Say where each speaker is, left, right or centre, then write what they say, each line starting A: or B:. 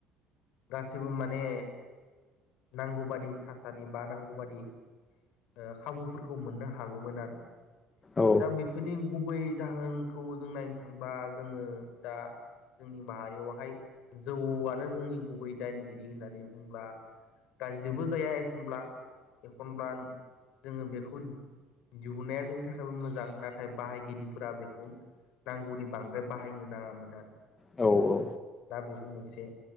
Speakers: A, on the left; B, on the left.
A: गाससिबो माने नांगौबादि थासारि बा नांगौ। बादि ओ खाबुफोरखौ मोननो हागौमोन आरो
B: औ
A: दा बे बेफोरनि गुबै जाहोनखौ जों नायनो थांबा जोङो दा जोंनि माहारियावहाय जौआनो जोंनि गुबै दायनिगिरि होननानै बुंब्ला। गाज्रिबो जाया एखनब्ला एखनब्ला जोङो बेखौ दिहुनाया जोंनि थाखायबो मोजां नाथाय बाहायगिरिफोरा बेखौनो नांगौनि बांद्राय बाहायनो नाङामोन आरो।
B: औ औ।
A: दा बेबो मोनसे